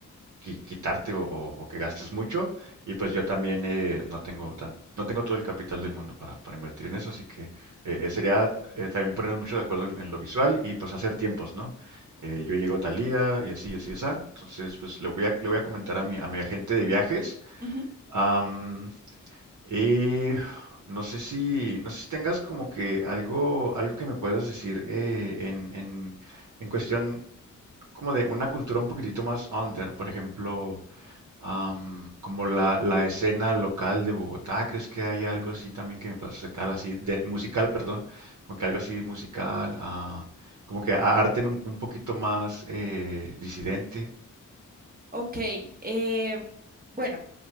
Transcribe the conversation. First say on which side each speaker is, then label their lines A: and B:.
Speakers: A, on the right (about 65°); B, on the right (about 30°).
A: qui- quitarte o, o- o que gastes mucho, y pues yo también eh, no tengo tan, no tengo todo el capital del mundo para, para invertir en eso, así que eh, eh, sería eh, también ponernos mucho de acuerdo en, en lo visual y pues hacer tiempos, ¿no? Eh, yo llego tal día y así, y así, y así, entonces pues le voy a, le voy a comentar a mi, a mi agente de viajes.
B: Ujú,
A: Am, eh, no sé si, no sé si tengas como que algo, algo que me puedas decir eh, en, en, en cuestión como de una cultura un poquitito más under, por ejemplo, am, como la, la escena local de Bogotá, ¿crees que hay algo así también que me puedas acercar así, de musical, perdón, como que algo así musical, ah, como que a- arte un, un poquito más eh, disidente?
B: Ok, eh, bueno,